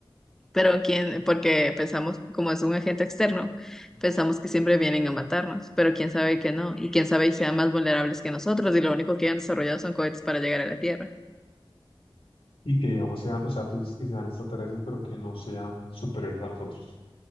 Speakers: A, in the centre; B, on the left.
A: pero quién, porque pensamos, como es un agente externo, pensamos que siempre vienen a matarnos, pero quién sabe que no, y quién sabe y sean más vulnerables que nosotros, y lo único que han desarrollado son cohetes para llegar a la Tierra.
B: Y que, digamos, sean, o sea, tú dices que sean extraterrestres, pero que no sean superiores a nosotros.